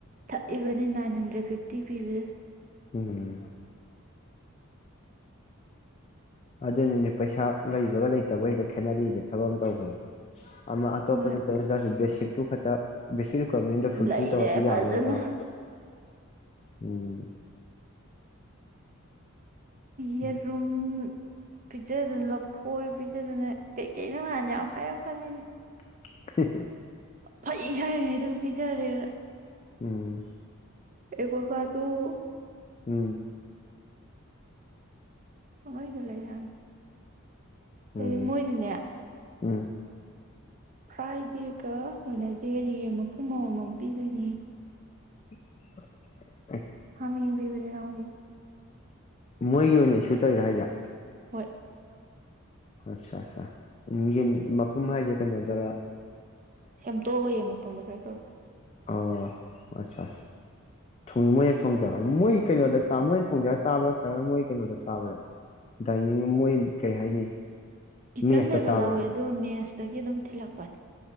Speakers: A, on the right; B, on the left.
A: ꯊꯛꯏꯕꯅꯤ ꯅꯥꯏꯟ ꯍꯟꯗ꯭ꯔꯦꯠ ꯐꯤꯐꯇꯤ ꯄꯤꯕꯁꯦ
B: ꯎꯝ ꯑꯗꯨꯅꯤꯅꯦ ꯄꯩꯁꯥ ꯂꯩꯕꯒ ꯂꯩꯇꯕ <unintelligible> ꯈꯦꯠꯅꯔꯛꯏꯁꯦ ꯊꯕꯛ ꯑꯃ ꯇꯧꯕꯗ ꯑꯃꯝ ꯑꯇꯣꯞꯗ
A: ꯍꯣꯏ
B: <unintelligible> ꯕꯦꯁꯤꯛ ꯑ <unintelligible> ꯐꯨꯜꯐꯤꯜ
A: ꯂꯩꯔꯦ
B: ꯇꯧꯔꯗꯤ
A: ꯐꯖꯅ
B: ꯌꯥꯔꯦ ꯇꯧꯔꯛꯄꯗꯣ ꯎꯝ
A: ꯌꯦꯔꯨꯝ
B: ꯎꯝ
A: ꯄꯤꯖꯗꯅ ꯂꯐꯣꯏ ꯄꯤꯖꯗꯅ ꯀꯩꯀꯩ ꯅꯉꯥꯟ ꯌꯥꯝ ꯍꯥꯏꯔꯛꯄꯅꯤꯅꯦ
B: <inaudible>
A: ꯐꯩ ꯍꯥꯏꯔꯤꯉꯩꯗꯨ ꯄꯤꯖꯔꯦ
B: ꯎꯝ
A: ꯑꯦ ꯄꯣꯁꯥꯗꯨꯨ
B: ꯎꯝ
A: ꯍꯣꯏꯗ ꯂꯩ ꯌꯥꯥꯡ
B: ꯎꯝ
A: ꯗꯩ ꯃꯣꯏꯗꯤꯅꯦ
B: ꯎꯝ
A: ꯐ꯭ꯔꯥꯏꯗꯦꯒ ꯋꯦꯅꯁꯗꯦꯒ ꯌꯦꯡ ꯃꯄꯨꯝ ꯑꯃꯃꯝ ꯄꯤꯗꯣꯏꯅꯤ
B: <inaudible>
A: ꯍꯥꯃꯤ ꯄꯕꯖꯥ ꯍꯧꯒꯤ
B: ꯃꯣꯏꯒꯤ ꯑꯣꯏꯅ ꯏꯁꯨ ꯇꯧꯋꯤꯔ ꯍꯥꯏꯖꯦ
A: ꯍꯣꯏ
B: ꯑꯠꯆꯥ ꯑꯆꯥ ꯎꯝ ꯌꯦꯟ ꯃꯐꯝ ꯍꯥꯏꯁꯦ ꯀꯩꯅꯣꯗꯔ
A: ꯁꯦꯝꯇꯣꯛꯑꯒ ꯌꯦꯟ ꯃꯄꯨꯝꯗꯣ ꯄꯤꯔꯛ ꯇꯨꯏꯕ
B: ꯑ ꯑꯠꯆꯥ ꯑ ꯃꯣꯏꯅ ꯊꯣꯡꯖꯕ ꯃꯣꯏꯒꯤ ꯀꯩꯅꯣꯗ ꯃꯣꯏꯅ ꯊꯣꯡꯖꯕ ꯆꯥꯕ꯭ꯔꯥ ꯅꯠꯇ꯭ꯔꯒꯅ ꯃꯣꯏꯒꯤ ꯀꯩꯅꯣꯗ ꯆꯥꯕ꯭ꯔꯥ ꯗꯥꯏꯅꯤꯡ ꯃꯣꯏ ꯀꯩ ꯍꯥꯏꯅꯤ
A: ꯀꯤꯠꯆꯟ
B: ꯃꯦꯁꯇ
A: ꯂꯩꯕ
B: ꯆꯥꯕ꯭ꯔꯥ
A: ꯂꯧꯋꯦ ꯑꯗꯨ ꯃꯦꯁꯇꯒꯤ ꯑꯗꯨꯝ ꯊꯤꯜꯂꯛꯄꯅꯦ